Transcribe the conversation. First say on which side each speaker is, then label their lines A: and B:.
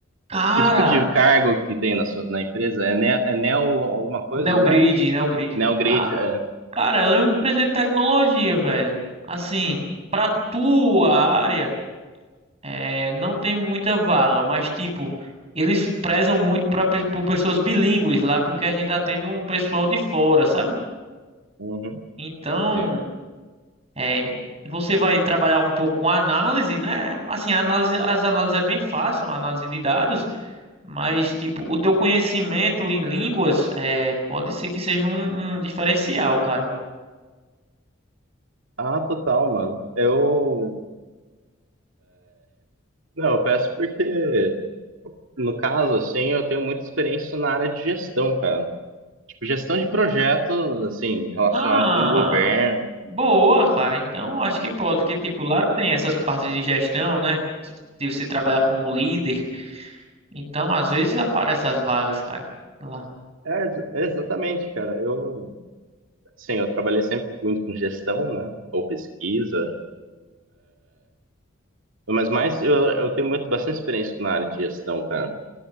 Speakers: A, on the right; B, on the right.
A: Cara,
B: Que tipo de cargo que tem na, sua... na empresa? É, ne... é neo alguma coisa,
A: Neogrid,
B: né?
A: Neogrid,
B: Neo
A: ca-
B: grid, é.
A: cara, ela é uma empresa de tecnologia, velho. Assim, pra tua área, é, não tem muita vaga, mas tipo, eles prezam muito pra, pe- por pessoas bilíngues lá, porque a gente atende um pessoal de fora, sabe?
B: Uhum,
A: Então,
B: sim.
A: é, você vai trabalhar um pouco com análise, né? Assim, a análise, as análises é bem fácil, análise de dados. Mas, tipo, o teu conhecimento em línguas é, pode ser que seja um, um diferencial, cara.
B: Ah, total, mano. Eu... Não, eu peço porque, no caso, assim, eu tenho muita experiência na área de gestão, cara. Tipo, gestão de projetos, assim, relacionado
A: Ah,
B: com o governo.
A: ah, boa, cara. Então, acho que pode, porque, tipo, lá tem essas partes de gestão, né? De você trabalhar como um líder. Então, às vezes aparecem as vagas, cara. Lá.
B: É, ex- é exatamente, cara. Eu, sim, eu trabalhei sempre muito com gestão, né? Ou pesquisa. Mas mais, eu, eu tenho muito, bastante experiência na área de gestão, cara.